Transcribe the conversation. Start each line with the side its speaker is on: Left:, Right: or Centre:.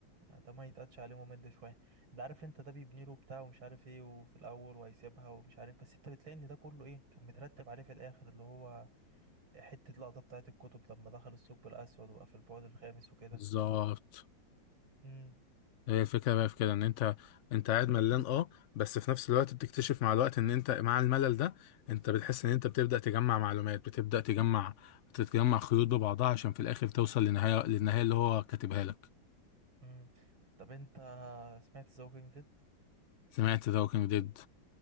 Right: يعني ده ما يتقدش عليه ممل شويه ده عارف انت ده بيبني له بتاع ومش عارف ايه وفي الاول وهيسيبها ومش عارف بس انت بتلاقي ان ده كله ايه كان مترتب عليه في الاخر اللي هو حته لقطه بتاعه الكتب لما دخل الثقب الاسود وقف في البعد الخامس وكده
Left: بالظبط
Right: امم
Left: هي الفكرة بقى في كده ان انت انت قاعد ملان اه بس في نفس الوقت بتكتشف مع الوقت ان انت مع الملل ده انت بتحس ان انت بتبدأ تجمع معلومات بتبدأ تجمع تتجمع خيوط ببعضها عشان في الاخر توصل لنهاية للنهاية اللي هو كاتبها لك
Right: امم طب انت سمعت ذا ووكينج ديد
Left: سمعت ذا ووكينج ديد